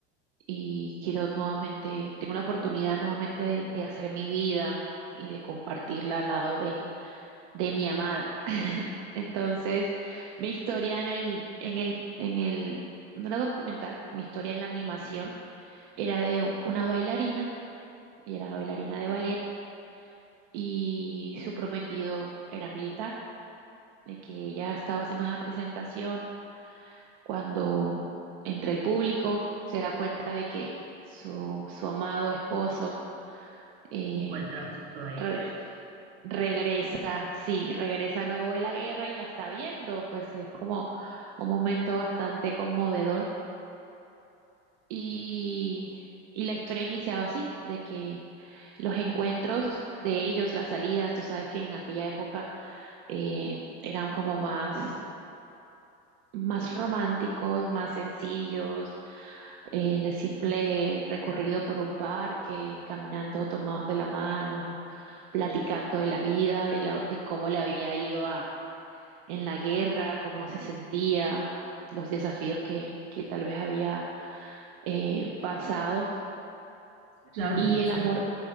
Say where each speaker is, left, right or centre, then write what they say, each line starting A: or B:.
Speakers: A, on the right; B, on the right.
A: y quiero nuevamente, tengo la oportunidad nuevamente de, de hacer mi vida y de compartirla al lado de, de mi amada. <laughs> Entonces, mi historia en el, en el, en el, no era documental, mi historia en la animación era de una bailarina, y era bailarina de ballet, y su prometido era militar, de que ella estaba haciendo una presentación cuando entre el público se da cuenta de que su, su amado esposo eh,
B: encuentra junto a ella.
A: re- regresa, sí, regresa nuevo de la guerra y la está viendo, pues es como un momento bastante conmovedor y, y la historia iniciaba así, de que los encuentros de ellos, las salidas, tú sabes que en aquella época eh, eran como más, más románticos, más sencillos el simple recorrido por un parque, caminando tomados de la mano, platicando de la vida, de, lo- de cómo le había ido a, en la guerra, cómo se sentía, los desafíos que, que tal vez había eh, pasado
B: Claro,
A: y
B: o
A: el
B: sea,
A: amor,